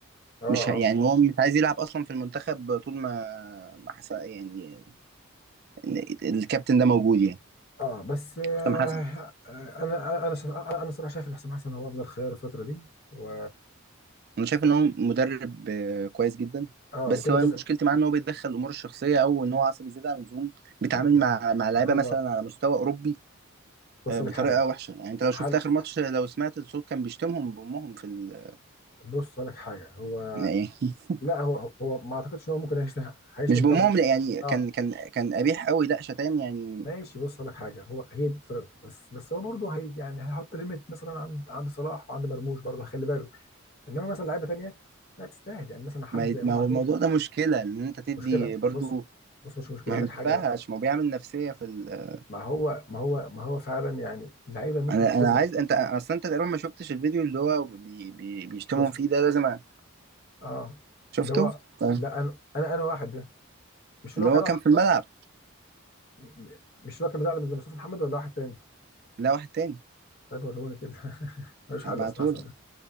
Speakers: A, on the left (about 45°); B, on the right (about 45°).
A: اه
B: مش ه- يعني
A: اه
B: هو مش عايز يلعب اصلا في المنتخب طول ما ما حسن يعني ال- الكابتن ده موجود يعني
A: اه بس آه
B: حسام حسن
A: آه، انا انا شا- انا الصراحه شايف ان حسام حسن هو افضل خيار الفتره دي و
B: انا شايف ان هو مدرب آه، كويس جدا
A: اه
B: بس
A: وكده
B: هو
A: بص كده
B: مشكلتي معاه ان هو بيتدخل الامور الشخصيه او ان هو عصبي زياده عن اللزوم بيتعامل
A: ايوه
B: مع مع لعيبه
A: هو
B: مثلا على مستوى اوروبي
A: بص
B: آه، بطريقه
A: لك حاجه
B: وحشه يعني انت لو
A: هل
B: شفت اخر ماتش لو سمعت الصوت كان بيشتمهم بامهم في ال...
A: بص لك حاجه هو
B: يعني <laughs> إيه؟
A: لا هو هو ما اعتقدش ان هو ممكن هيشتم هيشتم
B: مش بامهم
A: طبعا
B: لا يعني
A: اه
B: كان كان كان قبيح قوي لا شتايم يعني
A: ماشي بص اقول لك حاجه هو هي دي طريقته بس بس هو برضه هي يعني هيحط ليميت مثلا عند عند صلاح وعند مرموش برضه هيخلي باله انما مثلا لعيبه تانيه لا تستاهل يعني مثلا حد
B: ما,
A: زي امام
B: ما هو
A: عاشور
B: الموضوع ده مشكله ان انت تدي
A: مشكله
B: برضو
A: بص بص مش مشكله
B: ما
A: اقول
B: ينفعش
A: لك حاجه
B: ما هو بيعمل نفسيه في ال...
A: ما هو ما هو ما هو فعلا يعني اللعيبه مش
B: انا
A: ملتزمه
B: انا عايز انت اصلا انت تقريبا ما شفتش الفيديو اللي هو بي... بي... بيشتمهم
A: شفت
B: فيه ده لازم أ-
A: اه
B: شفته
A: اللي هو
B: طيب.
A: لا انا انا انا واحد ده مش اللي
B: اللي
A: هو كان
B: هو
A: واقف
B: كان
A: على
B: في
A: الخط
B: الملعب
A: م- مش اللي هو كان بيزعل من مصطفى محمد ولا واحد تاني
B: لا واحد تاني
A: طيب وروني كده <laughs> ملوش حل
B: هبعتهولك
A: يا اسماء حسن ده